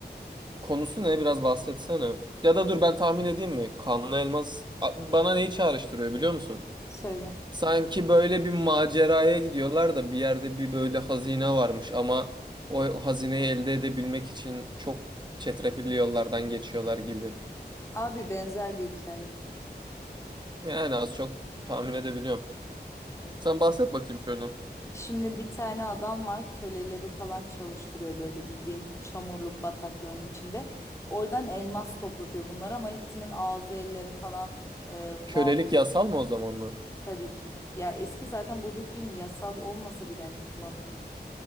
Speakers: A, on the right; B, on the left.
A: Konusu ne? Biraz bahsetsene. Ya da dur ben tahmin edeyim mi? Kanlı Elmas A- bana neyi çağrıştırıyor biliyor musun?
B: Söyle.
A: Sanki böyle bir maceraya gidiyorlar da bir yerde bir böyle hazine varmış ama o hazineyi elde edebilmek için çok çetrefilli yollardan geçiyorlar gibi.
B: Abi benzer bir hikaye.
A: Yani az çok tahmin edebiliyorum. Sen bahset bakayım şöyle.
B: Şimdi bir tane adam var köleleri falan çalıştırıyor böyle bildiğin çamurluk bataklığın içinde. Oradan elmas toplatıyor bunlar ama hepsinin ağzı elleri falan e,
A: Kölelik
B: bağlı
A: yasal mı o zamanlar?
B: tabii ki. Ya eski zaten bu bir film yasal olmasa bile hani kullanılıyor.